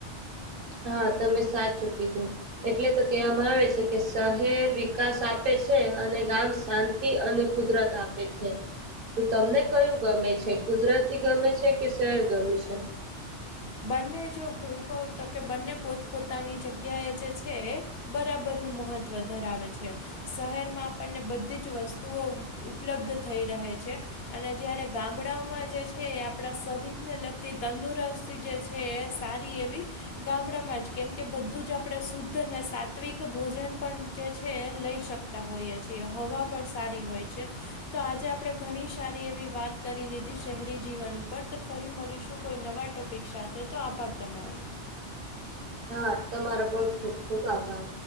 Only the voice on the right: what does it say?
હા તમે સાચું કીધું એટલે તો કહેવામાં આવે છે, કે શહેર વિકાસ આપે છે, અને ગામ શા તિ અને કુદરત આપે છે. તો તમને કયું ગમે છે, કુદરતી ગમે છે, કે શહેર ગમે છે.
હા તમારો પણ ખુબ ખૂબ આભાર